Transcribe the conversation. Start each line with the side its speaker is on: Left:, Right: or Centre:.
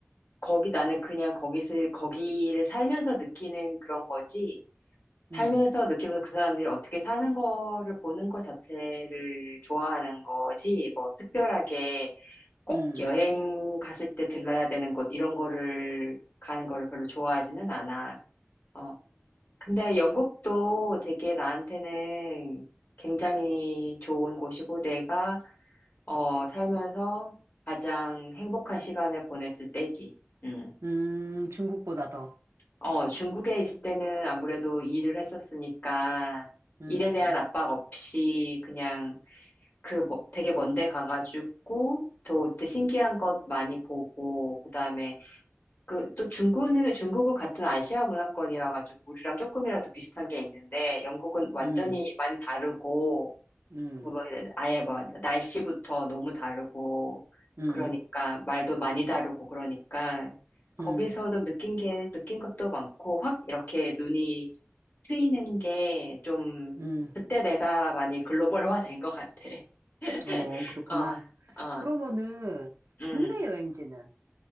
Left: 거기, 나는 그냥 거기서, 거기를 살면서 느끼는 그런 거지.
Right: 음
Left: 살면서 느끼면서 그 사람들이 어떻게 사는 거를 보는 것 자체를 좋아하는 거지, 뭐, 특별하게 꼭
Right: 음 음
Left: 여행 갔을 때 들러야 되는 곳, 이런 거를 가는 거를 별로 좋아하지는 않아. 어, 근데 영국도 되게 나한테는 굉장히 좋은 곳이고, 내가, 어, 살면서 가장 행복한 시간을 보냈을 때지. 음.
Right: 음, 중국보다 더.
Left: 어, 중국에 있을 때는 아무래도 일을 했었으니까
Right: 음.
Left: 일에 대한 압박 없이 그냥 그 뭐- 되게 먼데 가가지고 또, 또 신기한 것 많이 보고 그다음에 그 또 중국은 중국은 같은 아시아 문화권이라 가지고 우리랑 조금이라도 비슷한 게 있는데 영국은 완전히
Right: 음.
Left: 많이 다르고
Right: 음.
Left: 뭐, 막 아예 뭐 날씨부터 너무 다르고
Right: 음.
Left: 그러니까 말도 많이 다르고 그러니까 거기서도
Right: 음. 음.
Left: 느낀 게 느낀 것도 많고 확 이렇게 눈이 트이는 게 좀
Right: 음.
Left: 그때 내가 많이 글로벌화 된 것 같아. <laughs>
Right: 어, 그렇구나.
Left: 아, 아,
Right: 그러면은
Left: 음.
Right: 국내 여행지는